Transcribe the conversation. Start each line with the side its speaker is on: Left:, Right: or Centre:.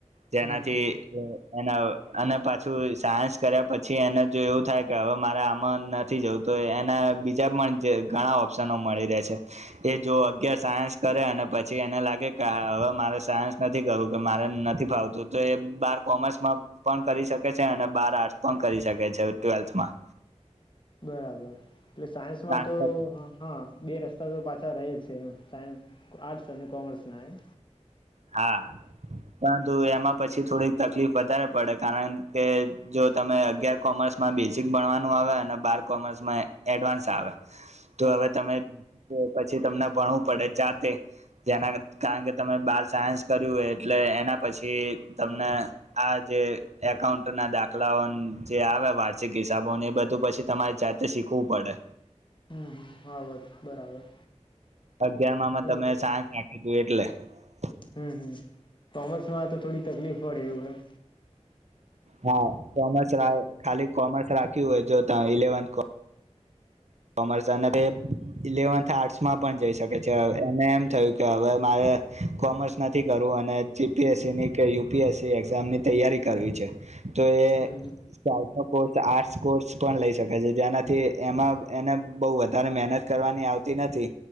Right: જેનાથી
Left: હમ
Right: એના અને પાછું સાયન્સ કર્યા પછી એને જો એવું થાય કે હવે મારે આમાં નથી જવું તો એના બીજા પણ ઘણા ઓપ્શનો મળી રહે છે એ જો અગિયાર સાયન્સ કરે અને પછી. પછી એને લાગે કે હવે મારે સાયન્સ નથી કરવું કે મારે નથી ફાવતું તો એ બાર કોમર્સમાં પણ કરી શકે છે અને બાર આર્ટસ પણ કરી શકે છે ટ્વેલ્થમાં.
Left: બરાબર. એટલે સાયન્સમાં
Right: ટ્રાન્સફર
Left: તો હા. બે રસ્તા તો પાછા રહે જ છે એ સાયન્સ આર્ટ્સ અને કોમર્સના એમ.
Right: હા. પરંતુ એમાં પછી થોડીક તકલીફ વધારે પડે કારણ કે જો તમે અગિયાર કોમર્સમાં બેઝિક ભણવાનું આવે અને બાર કોમર્સમાં એડવાન્સ આવે. તો
Left: હા
Right: હવે તમે. પછી તમને ભણવું પડે જાતે જેના કારણ કે તમે બાર. સાયન્સ કર્યું હોય એટલે એના પછી તમને આ જે એકાઉન્ટ ના દાખલાઓ જે આવે વાર્ષિક હિસાબો એ બધું પછી તમારે જાતે શીખવું પડે.
Left: હમ હા બ બરાબર.
Right: અગિયાર માંમાં
Left: એ
Right: તમે સાયન્સ રાખી. <inaudible>
Left: હમ હમ કોમર્સમાં તો થોડી તકલીફ પડે એવું એમ.
Right: હા કોમર્સ ખાલી કોમર્સ રાખ્યું હોય જો ત ઇલેવન. કોમરસનબેબ ઇલેવનથ. આર્ટસ માં
Left: હા
Right: પણ જઈ શકે છે. એને એમ થયું કે હવે મારે કોમર્સ નથી કરવું અને જીપીએસસી ની કે યુપીએસસી એક્ઝામ ની તૈયારી કરવી છે. તો એ
Left: હમ હમ
Right: સ્ટાર્ટઅપ. કોર્સ આર્ટસ કોર્સ પણ લઈ શકે છે જે્યાનાથી એમાં. એને બહુ વધારે મહેનત કરવાની આવતી નથી.